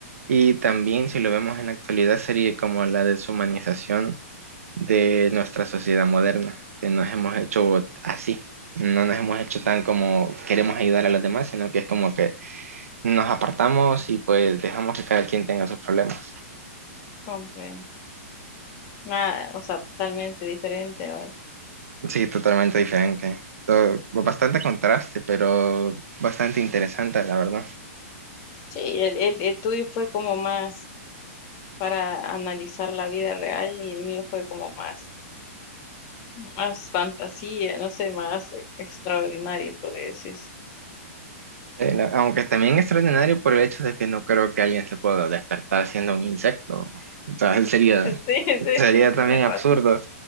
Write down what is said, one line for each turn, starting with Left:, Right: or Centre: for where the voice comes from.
Right: y también si lo vemos en la actualidad sería como la deshumanización de nuestra sociedad moderna, que nos hemos hecho así, no nos hemos hecho tan como queremos ayudar a los demás, sino que es como que nos apartamos y pues dejamos que cada quien tenga sus problemas.
Left: comprendo. Nada, o sea, totalmente diferente, ¿verdad?
Right: Sí, totalmente diferente. To- Bastante contraste, pero bastante interesante, la verdad.
Left: Sí, el, el, el tuyo fue como más para analizar la vida real y el mío fue como más, más fantasía, no sé, más eh, extraordinario, por decir. <laughs>
Right: Sí, la- Aunque también extraordinario por el hecho de que no creo que alguien se pueda despertar siendo un insecto. O sea, <laughs> sería,
Left: Sí, sí,
Right: sería
Left: sí, tienes
Right: también absurdo.
Left: razón.